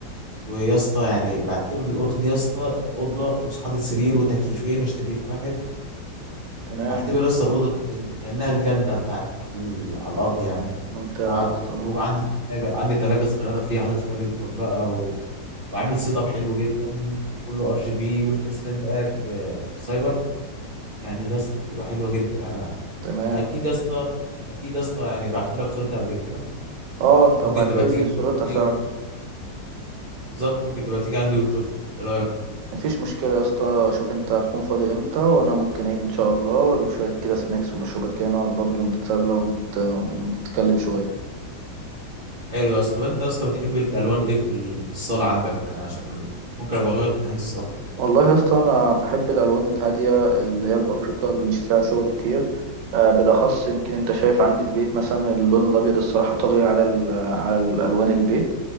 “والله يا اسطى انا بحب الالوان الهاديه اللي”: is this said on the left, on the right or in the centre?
Right